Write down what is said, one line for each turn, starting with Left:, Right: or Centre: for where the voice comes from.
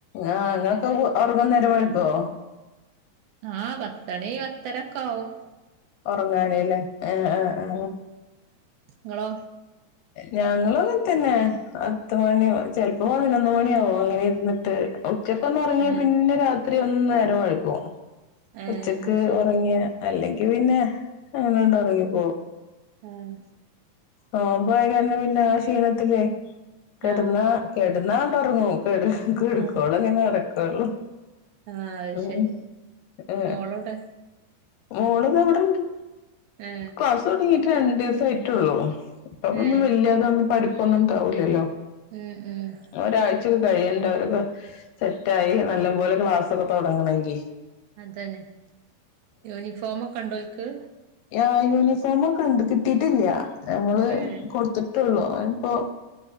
Left: ആഹ അങ്ങൊക്കെ
Right: അപ്പ
Left: അവർങ്ങ നേരുമ്പോഴക്കോ
Right: ആഹ് പത്തണി പത്തരക്ക ആാവവും
Left: ഉറങ്ങാനല്ലേ ആ ആ ആ
Right: ങ്ങളോ
Left: ഞങ്ങളും അങ്ങനെ തന്നെ അത്ത മണി ചെിലപ്പോ പതിനൊന്ന് മണിയാാവോ അങ്ങനെ ഇരുന്നിട്ട് ഉച്ചക്കൊന്ന് ഉറങ്ങിയ
Right: ഏ
Left: പിന്നെ രാത്രി ഒന്ന് നേരം വഴക്കും
Right: ഏ
Left: ഉച്ചക്ക്
Right: ശരി
Left: ഉറങ്ങിയ അല്ലെങ്കി പിന്നെ അങ്ങനെണ്ട് ഉറങ്ങിപ്പോ
Right: ആഹ
Left: ഓ പോയ കാരന പിന്നെ ആ ക്ഷീണത്തിേ കിടന്ന
Right: ആ
Left: കെടുന്നാ അങ്ങാട്ട്റങ്ങൂ കെട എടുക്കള
Right: ഏ
Left: അങ്ങനെ അരക്കുള്ളൂ
Right: ആ അത് ശരി
Left: ഉ ആ
Right: മോളെവിടെ
Left: മോള ഇത് എവിടെണ്ട്
Right: ഏ
Left: ക്ലാസ് തുടങ്ങിട്ട് രണ്ട ദിവസയിട്ടുള്ളൂ ഇപ്പ ഒന്നും
Right: ഏ
Left: വല്ാതെന്ന പഠപ്പൊന്നും ഉണ്ടാവൂില്ലല്ലോ
Right: ഉം ഉം
Left: ഒരാഴ്ചക്കെ കഴിയണ്ട അവരൊക്കെ സെറ്റായി നല്ല പോോലെ ക്ലാസ്സൊക്കെ തുടങ്ങണമെങ്കി
Right: അതന്നെ യൂണിഫോമൊക്കെ ഉണ്ടോലക്ക്
Left: ആ യൂണിഫോമ ഒക്കെണ്ട് കിട്ടിയിട്ടില്ല നമ്മ
Right: ഉം
Left: കൊടുത്തിട്ടുള്ളൂപ്പോൊ